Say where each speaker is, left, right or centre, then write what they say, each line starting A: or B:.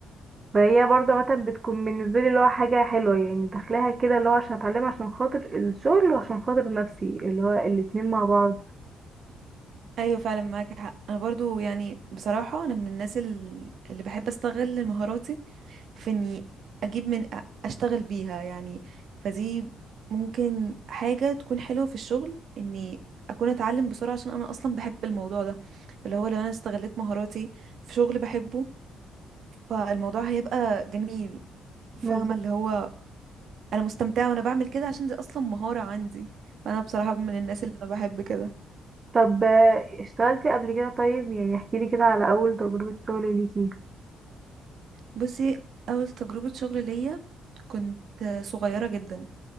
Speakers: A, on the right (about 35°); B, on the right (about 65°).
A: فهي برضه مثلا بتكون بالنسبه لي اللي هو حاجه حلوه يعني داخلاها كده اللي هو عشان اتعلمها عشان خاطر الشغل وعشان خاطر نفسي اللي هو الاتنين مع بعض
B: ايوه فعلا معاك حق انا برضو يعني بصراحة انا من الناس ال- اللي بحب استغل مهاراتي في اني اجيب من أ- اشتغل بيها يعني فدي ممكن حاجة تكون حلوة في الشغل اني اكون اتعلم بسرعة عشان انا اصلا بحب الموضوع ده اللي هو لو انا استغلت مهاراتي في شغل بحبه فالموضوع هيبقى جميل فاهمة
A: بالظبط
B: اللي هو انا مستمتعه وانا بعمل كده عشان دي اصلا مهاره عندي فانا بصراحه من الناس اللي انا بحب كده
A: طب آه، اشتغلتي قبل كده طيب يعني احكي لي كده على اول تجربة شغل ليكي
B: بصي اول تجربه شغل ليا كنت صغيره جدا